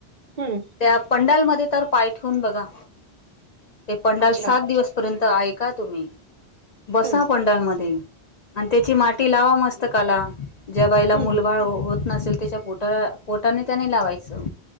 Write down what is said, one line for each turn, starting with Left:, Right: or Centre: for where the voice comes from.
Right: हम्म
Left: त्या पंडालमध्ये तर पाय ठेवून बघा ते पंडाल
Right: अच्छा
Left: सात दिवस पर्यंत आहे का‌ तुम्ही बसा
Right: हम्म
Left: पंडालमध्ये आणि त्याची माती लावा मस्त पुस्तकाला ज्या बाईला
Right: हम्म
Left: मुलबाळ होत नसेल त्याच्या पोट पोटाने त्याने लावायचं